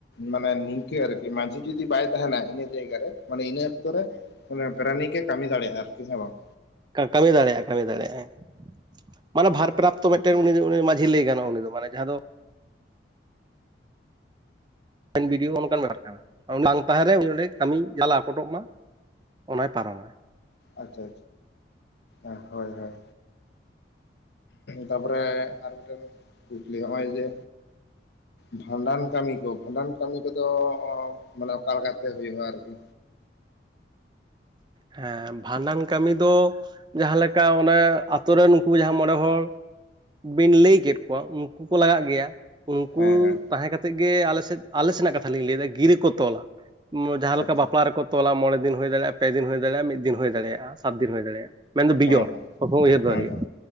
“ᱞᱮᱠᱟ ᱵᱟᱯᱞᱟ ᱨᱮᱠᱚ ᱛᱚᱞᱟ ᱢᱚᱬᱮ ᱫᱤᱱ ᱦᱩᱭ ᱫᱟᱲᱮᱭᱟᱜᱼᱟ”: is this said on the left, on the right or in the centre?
Right